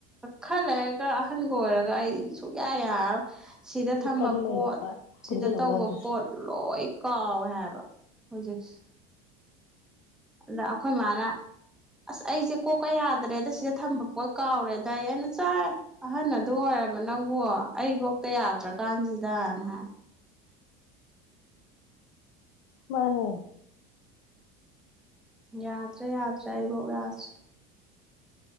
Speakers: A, in the centre; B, on the left.
A: ꯈꯔ ꯂꯩꯔꯒ ꯑꯍꯟꯒ ꯑꯣꯏꯔꯒ ꯑꯩ ꯁꯨꯛꯌꯥ ꯌꯥꯔꯔꫭꯏ ꯁꯤꯗ
B: ꯁꯤ
A: ꯊꯝꯕ
B: ꯀꯟꯕꯩꯅꯦ
A: ꯄꯣꯠ
B: ꯄꯠ ꯄꯨꯟꯖꯜꯍꯧ
A: ꯁꯤꯗ ꯇꯧꯕ
B: ꯌꯥꯗ꯭ꯔꯤꯁꯦ
A: ꯄꯣꯠ ꯂꯣꯏ ꯀꯥꯎꯋꯦ ꯍꯥꯏꯕ ꯍꯧꯖꯤꯛꯁꯦ ꯑꯗ ꯑꯩꯈꯣꯏ ꯃꯥꯅ ꯑꯁ ꯑꯩꯖꯦ ꯀꯣꯛꯀ ꯌꯥꯗ꯭ꯔꯦꯗ ꯁꯤꯗ ꯊꯝꯕ ꯄꯣꯠ ꯀꯥꯎꯔꯦꯗ ꯑꯩ ꯑꯩꯅ ꯆꯥꯏ ꯑꯍꯟ ꯑꯗꯨꯛ ꯑꯣꯏꯔꯕ ꯅꯪꯕꯨ ꯑꯩꯕꯨꯛꯇ ꯌꯥꯗ꯭ꯔꯀꯥꯟꯁꯤꯗꯅ ꯍꯥꯏ
B: ꯃꯥꯅꯤ
A: ꯌꯥꯗ꯭ꯔꯦ ꯌꯥꯗ꯭ꯔꯦ ꯑꯩ ꯕꯨꯛ ꯌꯥꯗꯔꯦ